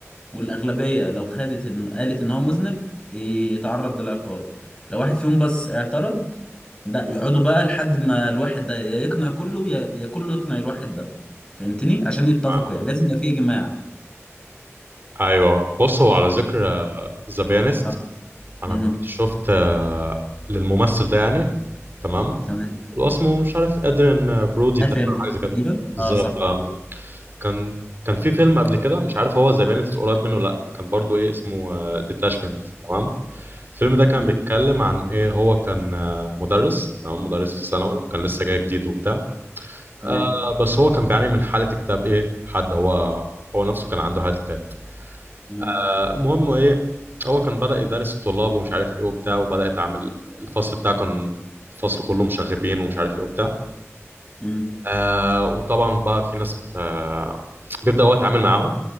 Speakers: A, on the left; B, on the right.
A: والأغلبية لو خدت إن قالت إن هو مذنب يتعرض للعقاب لو واحد فيهم بس اعترض ده يقعدوا بقى لحد ما الواحد ده يا يقنع كله يا يا كله يقنع الواحد ده فهمتني عشان يتفقوا
B: آه.
A: يعني لازم يبقى في إجماع
B: ايوه بص هو على ذكر ذا بيانست
A: آه.
B: انا
A: مهم.
B: كنت شفت آه، للممثل ده يعني تمام
A: تمام
B: اللي هو اسمه مش عارف ادريان برودي
A: ادريان
B: تقريبا
A: بيلي
B: حاجه زي
A: تقريبا
B: كده بالظبط
A: اه صح
B: اه
A: تقريبا
B: كان كان في فيلم قبل كده مش عارف هو ذا بيانست قريب منه ولا لا كان برضو ايه اسمه ديتاشمنت تمام الفيلم ده كان
A: مم.
B: بيتكلم عن ايه هو كان آه، مدرس تمام مدرس في ثانوي كان لسه جاي جديد وبتاع
A: تمام
B: آه، بس هو كان بيعاني من حالة اكتئاب ايه حد هو هو نفسه كان عنده حالة اكتئاب
A: مم.
B: آه، المهم ايه هو كان بدأ يدرس الطلاب ومش عارف ايه وبتاع وبدأ يتعامل الفصل بتاعه كان الفصل كله مشاغبين ومش عارف ايه وبتاع
A: مم.
B: آه، وطبعا بقى في ناس آه، بيبدأ هو يتعامل معاهم